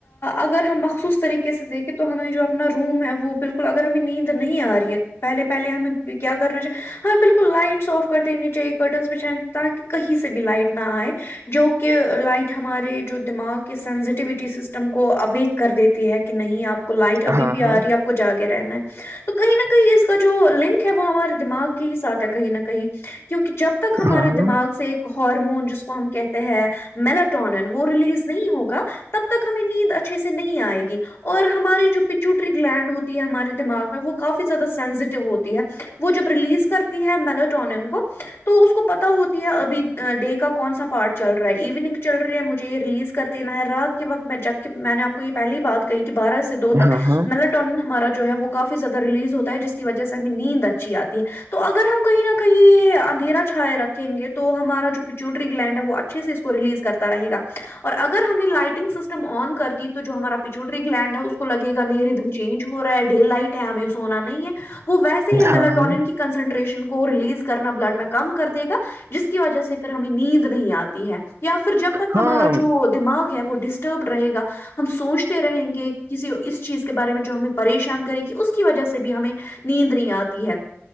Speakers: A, on the left (about 60°); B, on the right (about 65°).
A: اگر ہم مخصوص طریقے سے دیکھیں تو ہمیں جو اپنا روم ہے وہ بالکل اگر ہمیں نیند نہیں آ رہی ہے پہلے پہلے ہمیں کیا کرنا چ ہاں بالکل لائٹس آف کر دینی چاہیے کرٹنس بچھ تاکہ کہیں سے بھی لائٹ نہ آئے جو کہ لائٹ ہمارے جو دماغ کے سینسٹیوٹی سسٹم کو اویک کر دیتی ہے کہ نہیں آپ کو لائٹ
B: ہے
A: ابھی
B: ہاں
A: بھی آ
B: ہاں
A: رہی ہے آپ کو جاگے رہنا ہے تو کہیں نہ کہیں اس کا جو لنک ہے وہ ہمارے دماغ کے ہی ساتھ ہے کہیں نہ کہیں کیونکہ جب تک ہمارے
B: ہاں
A: دماغ سے ایک ہارمون جس کو ہم کہتے ہیں مل ٹونین وہ ریلیز نہیں ہوگا تب تک ہمیں نیند اچھے سے نہیں آئے گی اور ہماری جو پچوٹری گلینڈ ہوتی ہے ہمارے دماغ میں وہ کافی زیادہ سینسیٹیو ہوتی ہے وہ جب ریلیز کرتی ہے ملٹون کو تو اس کو پتا ہوتی ہے ابھی ڈے کا کون سا پار چل رہا ایوننگ چل رہی ہے مجھے یہ ریلیز کر دین ہے رات کے وقت میں جبک میں نے آپ کو یہ پہلی ہی بات کہی کہ بارہ سو دو تک
B: ہاں ہاں ہاں
A: میلیٹون ہمارا جو ہے وہ کافی زیادہ ریلیز ہوتا ہے جس کی وجہ سے ہمیں نیند اچھی آتی ہے تو اگر ہم کہیں نہ کہیں یہ اندھیرا چھائے رکھ کھیں گے تو ہمارا جو پچوٹری گلینڈ ہے وہ اچھے سے اس کو ریلیز کرتا رہے گا اور اگر ہم نے لائٹنگ سسٹم آن کر دی تو جو ہمارا پچوٹری گلینڈ ہے اس کو لگے گ نہیں ر چینج ہو رہا ہے ڈے لائٹ ہے ہمیں سونا نہیں ہے وہ ویسے ہی ملٹرن
B: ہاں
A: کی کنسنٹریشن کو ریلیز کرنا بلڈ میں کم کر دے گا جس کی وجہ سے پھر ہمیں نیند نہیں آتی ہے یا پھر جب تک
B: ہاں
A: ہمارا جو دماغ ہے وہ ڈسٹربڈ رہے گا ہم سوچتے رہیں گے کسی اس چیز کے بارے میں جو ہمیں پریشان کرے گی اس کی وجہ سے بھی ہمیں نیند نہیں آتی ہے